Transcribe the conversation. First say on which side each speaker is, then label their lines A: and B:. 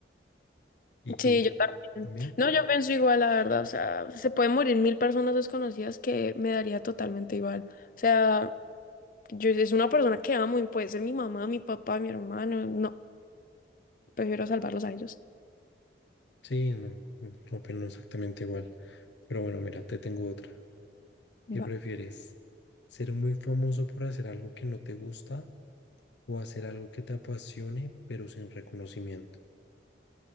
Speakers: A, on the left (about 75°); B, on the left (about 45°).
A: ¿Y
B: sí,
A: tú?
B: yo también.
A: ¿También?
B: No, yo pienso igual, la verdad. O sea, se pueden morir mil personas desconocidas que me daría totalmente igual. O sea, yo es una persona que amo y puede ser mi mamá, mi papá, mi hermano. No, prefiero salvarlos a ellos.
A: Sí, no, mm, opino exactamente igual. Pero bueno, mira, te tengo otra. ¿Qué
B: Va.
A: prefieres? ¿Ser muy famoso por hacer algo que no te gusta o hacer algo que te apasione pero sin reconocimiento?